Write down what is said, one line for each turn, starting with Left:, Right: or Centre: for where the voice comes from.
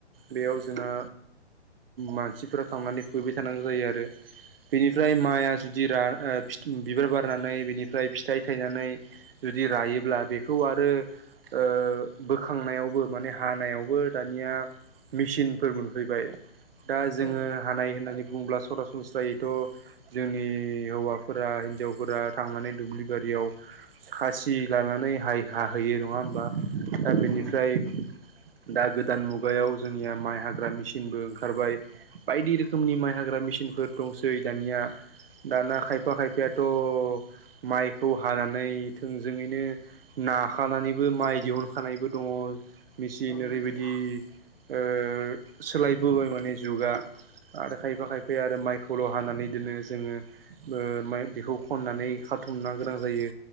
Right: बेयाव जोंहा मानसिफोरा थांनानै फुहैबाय थानांगौ जायो आरो। बेनिफ्राय माइआ जुदि रा ओ फिथ ओम बिबार बारनानै बिनि फ्राय फिथाइ थायनानै जुदि रायोब्ला बेखौ आरो ओ बो खांनायावबो माने हानायावबो दानिया मेसिनफोर मोनफैबाय। दा जोङो
Centre: औ नंगौ औ
Right: हानाय होननानै बुङोब्ला सरास सनस्रायैथ जोंनि हौवाफोरा हिनजावफोरा थांनानै दुब्लि बारियाव खासि लानानै हाय हाहैयो नङा होमबा दा बेनिफ्राय
Centre: नंगौ औ नंगौ औ
Right: दा गोदान मुगायाव जोंनिया माइ हाग्रा हाग्रा मेसिनबो ओंखारबाय बायदि रोखोमनि माइ हाग्रा मेसिनफोर दंसै दानिया दाना खायफा खायफायाथ' माइखौ हानानै थोंजोङैनो नाखानानैबो माइ दिहुनखानायबो दङ मेचिन
Centre: नंगौ
Right: ओरैबायदि
Centre: औ
Right: ओ सोलायबोबाय माने जुगा आरो खायफा खायफा आरो माइखौल' हानानै दोनो जोङो ओ ओमफाय बेखौ खननानै खाथुमनो गोनां जायो